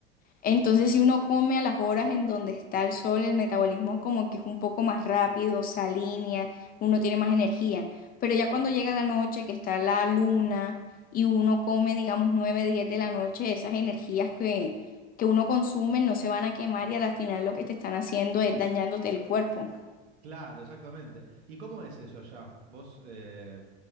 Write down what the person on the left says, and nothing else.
Entonces, si uno come a las horas en donde está el sol, el metabolismo como que es un poco más rápido, se alinea, uno tiene más energía. Pero ya cuando llega la noche, que está la luna, y uno come, digamos, 9, 10 de la noche, esas energías que, que uno consume no se van a quemar y al final lo que te están haciendo es dañándote el cuerpo.